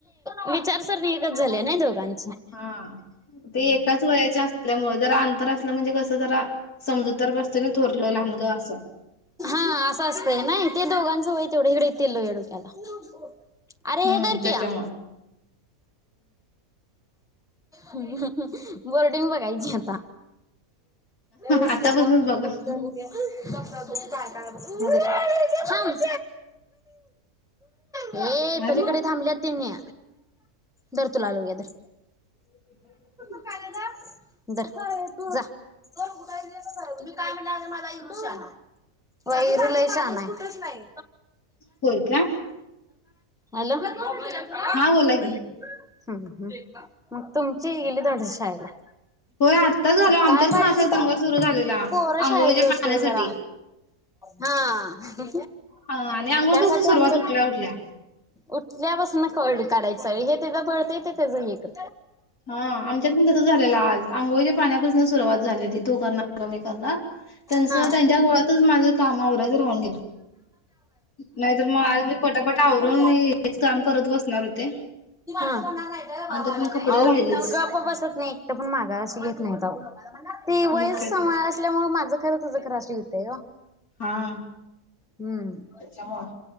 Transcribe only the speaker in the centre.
विचारसरणीच झाले नाही दोघांनी
हा असं असतंय नाही ते दोघांचं वय तेवढं हिडेतील लो हे डोक्याला अरे
हे दार
क हम्म बोर्डिंग बघायची आता पेला ल्या
त काय काय बघ हे पलीकडे
थांबल्यात त्यांनी धर तुला आलू घदर
वर वर जा कुठाी काय म्हणाझ युटूब च आहे वैरुलय छान आहे
हॅलो हम्
हम् मग तुमची गेली ोड शाळेला
सकाळपर्यंत
पोर
शाळेला जाउस्तोर
जरा हा
त्यासाठी
आमचं
उठल्यापासून कळत काढायचं हे त्याचं बळतय ते त्याचं हे कर
हा
आपण
कि माणा नाही वावाला
नाही ग बसत नाही एकटं पण मागा अशी घेत नाही ते वस
समोर
असल्यामुळे माझं खरं तं खर श होतय
हम्म